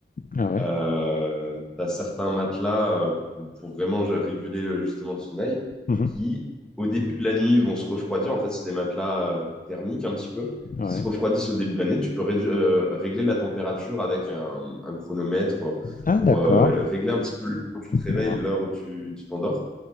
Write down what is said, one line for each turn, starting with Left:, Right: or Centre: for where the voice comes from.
Left: ah ouais.
Centre: euh, t'as certains matelas euh, pour pour vraiment ja, réguler euh, justement le sommeil
Left: Mhm.
Centre: qui, au début de la nuit, vont se refroidir. En fait, c'est des matelas euh, thermiques un petit peu
Left: Ouais.
Centre: qui se refroidissent au début de l'année. Tu peux rédu- euh, régler la température avec un, un chronomètre euh,
Left: Ah,
Centre: pour
Left: d'accord.
Centre: euh, régler un petit peu l'heure où tu te réveilles
Left: Wow.
Centre: et l'heure où tu tu t'endors.